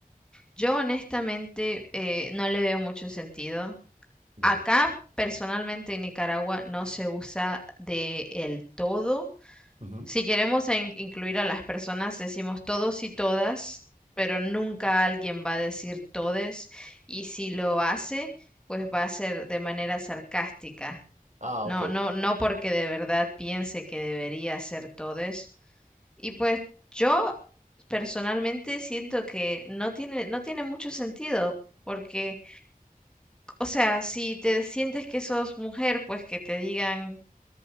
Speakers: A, in the centre; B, on the right (about 55°).
A: Yo honestamente eh, no le veo mucho sentido.
B: Ya.
A: Acá, personalmente en Nicaragua, no se usa de el todo.
B: Ujú.
A: Si queremos en- incluir a las personas, decimos todos y todas, pero nunca alguien va a decir todes, y si lo hace, pues va a ser de manera sarcástica.
B: Ah,
A: No,
B: ok,
A: no, no porque de verdad piense que debería ser todes. Y pues yo personalmente siento que no tiene, no tiene mucho sentido, porque, o sea, si te sientes que sos mujer, pues que te digan